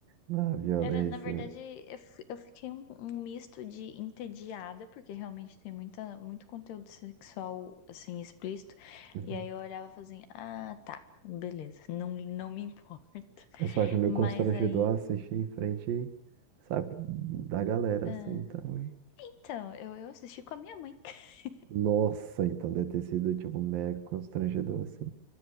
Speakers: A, on the right (about 65°); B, on the left (about 85°).
A: na violência.
B: Era, na verdade, eu, fi- eu fiquei um, um misto de entediada, porque realmente tem muita, muito conteúdo sexual, assim, explícito.
A: Uhum.
B: E aí eu olhava e falava assim, ah, tá, beleza, não, não me <laughs> importa.
A: Eu só acho meio
B: Mas
A: constrangedor
B: aí,
A: assistir em frente, sabe, da galera,
B: ah,
A: assim, então, hein?
B: então, eu, eu assisti com a minha mãe. <laughs>
A: Nossa, então deve ter sido, tipo, mega constrangedor, assim.